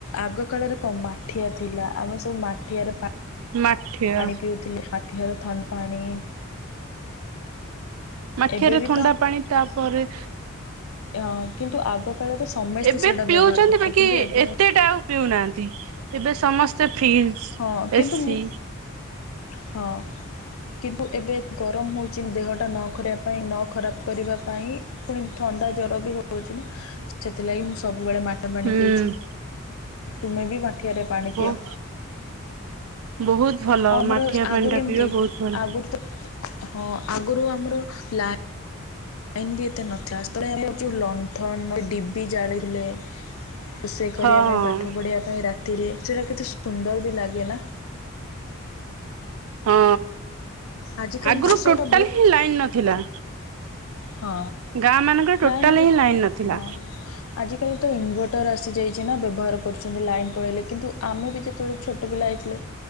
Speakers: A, on the left (about 85°); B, on the right (about 80°).
A: ଆଗ କଳରେ କମା ମାଠିଆ ଥିଲା ଆମେ ସବୁ ମାଠିଆରେ ପାଣ
B: ମାଠିଆ
A: ପାଣି ପିଉଥିଲେ ମାଠିହାର ଥଣ୍ଡ ପାଣି
B: ମାଠିଆରେ
A: ଏବେ ବି
B: ଥଣ୍ଡା ପାଣି ତାପରେ
A: ଅ କିନ୍ତୁ ଆଗ କାଳରେ ସମସ୍ତେ
B: ଏବେ
A: ସେଇଟା
B: ପିଉଛନ୍ତି
A: ବ୍ୟବହାର କରୁଥିଲେ
B: ବାକି
A: କିନ୍ତୁ ଏବେ
B: ଏତେଟାଉ
A: ଆଉ
B: ପିଉନାହାନ୍ତି ଏବେ ସମ ଫ୍ରିଜ୍
A: ହଁ କିନ୍ତୁ
B: ଏସି।
A: ମୁଁ ହଁ କିନ୍ତୁ ଏବେ ଗରମ ହଉଛି ଦେହଟା ନ କରିବା ପାଇଁ ନ ଖରାପ କରିବା ପାଇଁ ପୁଣି ଥଣ୍ଡା ଜ୍ଵର ବି ହଉଛି ନା ସେଥିଲାଗି ମୁଁ ସ ବୁବେଳେ ମାଟ ପାଣି
B: ହୁଁ
A: ପିଉଛି। ତୁମେ ବି ବା ଠିଆରେ ପାଣି
B: ବୋ
A: ପିଅ
B: ବହୁତ ଭଲ
A: ଆଉ ଆମର
B: ମାଠିଆ ପାଣି
A: ଆଗରୁ
B: ଟା ପିଇବା
A: ଏମିତି
B: ବହୁତ ଭଲ
A: ଆଗରୁ ତ ହଁ ଆଗରୁ ଆମର ଲା ଲାଇନ୍‌ ବି ଏତେ ନଥିଲା <inaudible> ଯୋଉ ଲଣ୍ଠନ ଡିବି ଜାଳିଲେ ରୋଷେଇ କରିବା
B: ହଁ
A: ପାଇଁ ପାଠ ପଢ଼ିବା ପାଇଁ ରା ତିରେ ସେଟା କେତେ ସୁନ୍ଦର ବି ଲାଗେ ନା।
B: ହଁ।
A: ଆଜିକାଲି
B: ଆଗରୁ
A: ତ ସେଇଟା
B: ଟୋଟାଲ
A: ବହୁତ
B: ହିଁ ଲାଇନ ନଥିଲା।
A: ହଁ
B: ଗାଁ ମାନଙ୍କରେ ଟୋଟାଲ
A: ଲାଇନ୍‌ କେ
B: ହିଁ ଲାଇନ ନଥିଲା
A: ହଁ ଆଜିିକାଲି ତ ଇନ୍‌ଭଟର୍ ଆସି ଯାଇଛି ନା ବ୍ୟବହାର କରୁଛନ୍ତି ଲାଇନ୍ ପଳେଇଲେ କିନ୍ତୁ ଆମେ ଯେତେବେଳେ ଛୋ ଟ ପିଲା ହୋଇଥିଲେ